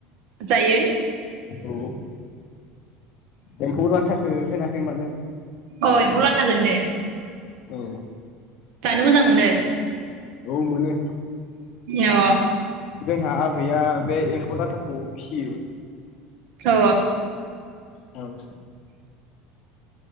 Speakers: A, on the right; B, on the left.
A: जायो <inaudible>
B: औ एम्फौ लाथाखौ होनाखै मानो
A: अ एम्फौ लाथाखो होनदो
B: औ
A: जानो मोजां मोन नो
B: औ मोनो
A: अ
B: जोंहा आबैया बे एम्फौ लाथाखौ फियो।
A: अ
B: औ <inaudible>